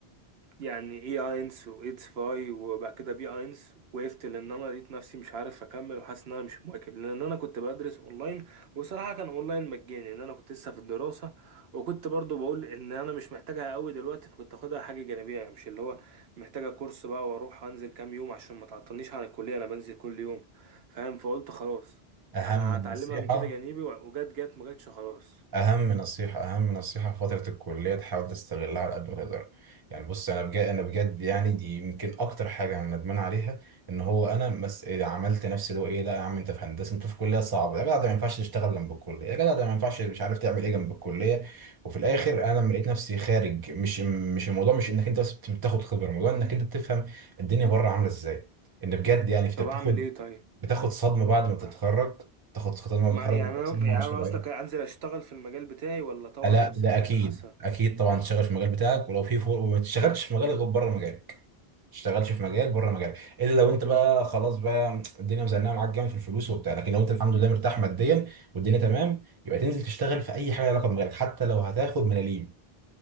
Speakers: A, on the right; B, on the right.
A: يعني ايه اينس وايتس فاي وبعد كده بي اينس وقفت لان انا لقيت نفسي مش عارف اكمل وحاسس ان انا مش مواكب لان انا كنت بدرس اونلاين وصراحه كان اونلاين مجاني ان انا كنت لسه في الدراسه وكنت برضو بقول ان انا مش محتاجها قوي دلوقتي فكنت اخدها حاجه جانبيه يعني مش اللي هو محتاجه كورس بقى واروح انزل كام يوم عشان ما تعطلنيش عن الكليه انا بنزل كل يوم فاهم فقلت خلاص
B: أهم
A: انا
B: نصيحة
A: هتعلمها من كده جانبي وجت جت ما جتش خلاص
B: اهم نصيحه اهم نصيحه في فتره الكليه تحاول تستغلها على قد ما تقدر يعني بص انا بجد انا بجد يعني دي يمكن اكتر حاجه انا ندمان عليها ان هو انا مس... عملت نفسي اللي هو ايه لا يا عم انت في هندسه انت في كليه صعبه يا جدع ده ما ينفعش تشتغل جنب الكليه يا جدع ده ما ينفعش مش عارف تعمل ايه جنب الكليه وفي الاخر انا لما لقيت نفسي خارج مش مش الموضوع مش انك انت بس بتاخد خبره الموضوع انك انت بتفهم الدنيا بره عامله ازاي ان بجد يعني انت
A: طب
B: بتاخد
A: اعمل ايه طيب
B: بتاخد صدمه بعد ما تتخرج
A: آه.
B: تاخد صدمه بعد
A: ما
B: ما تتخرج
A: يعني أنا
B: صدمه
A: يعني
B: مش
A: أنا
B: طبيعيه
A: قصدك أنزل أشتغل في المجال بتاعي ولا أطور
B: لا
A: نفسي
B: ده
A: في حاجات
B: اكيد
A: أحسن؟
B: اكيد طبعا تشتغل في المجال بتاعك ولو في فور وما تشتغلش في مجالك غير بره مجالك ما تشتغلش في مجال بره مجالك الا لو انت بقى خلاص بقى الدنيا مزنقه معاك جامد في الفلوس وبتاع لكن لو انت الحمد لله مرتاح ماديا والدنيا تمام يبقى تنزل تشتغل في اي حاجه لها علاقه بمجالك حتى لو هتاخد ملاليم